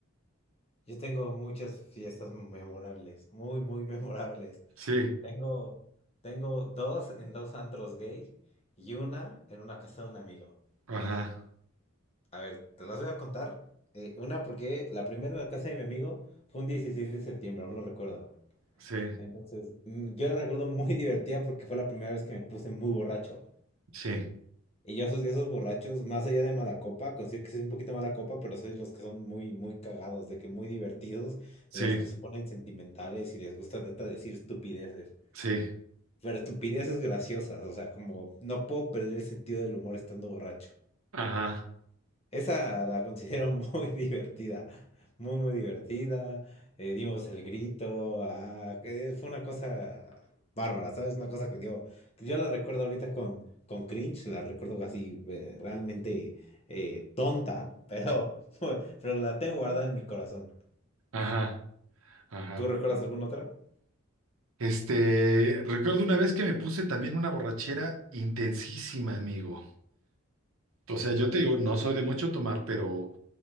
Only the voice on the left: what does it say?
Yo tengo muchas fiestas memorables, muy, muy memorables.
Tengo, tengo dos en dos antros gay y una en una casa de un amigo.
A ver, te las voy a contar. Eh, una porque la primera en la casa de mi amigo fue un 16 de septiembre, aún lo recuerdo.
Entonces, mm, yo la recuerdo muy <laughs> divertida porque fue la primera vez que me puse muy borracho.
Y yo soy de esos borrachos, más allá de mala copa, considero que soy un poquito mala copa, pero soy de los que son muy, muy cagados, de que muy divertidos,
de los que se ponen sentimentales y les gusta neta decir estupideces.
Pero estupideces graciosas, o sea, como no puedo perder el sentido del humor estando borracho.
Esa la considero muy <laughs> divertida, muy, muy divertida. eh, dimos el grito, ah, que fue una cosa bárbara, ¿sabes? Una cosa que dio, que yo la recuerdo ahorita con, con cringe, la recuerdo así eh, realmente eh, tonta, pero, <laughs> pero la tengo guardada en mi corazón.
¿Tú recuerdas alguna otra?